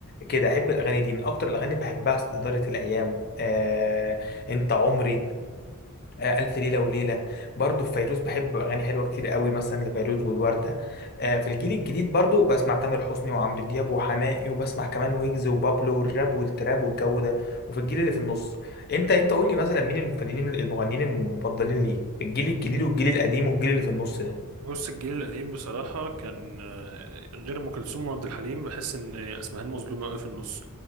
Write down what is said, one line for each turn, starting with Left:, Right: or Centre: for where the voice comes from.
Left: كده احب الاغاني دي من اكتر الاغاني اللي بحبها اداره الايام آه، انت عمري آه، الف ليله وليله برضو في فيروز بحب اغاني حلوه كتير قوي مثلا لفيروز والورده آه، في الجيل الجديد برضو بسمع تامر حسني وعمرو دياب وحماقي وبسمع كمان ويجز وبابلو والراب والتراب والجو ده وفي الجيل اللي في النص انت انت قول لي مثلا مين الفنانين المغنيين المفضلين ليك في الجيل الجديد والجيل القديم والجيل اللي في النص ده
Right: بص الجيل القديم بصراحه كان آه، غير ام كلثوم وعبد الحليم بحس ان اسمهان مظلومه قوي في النص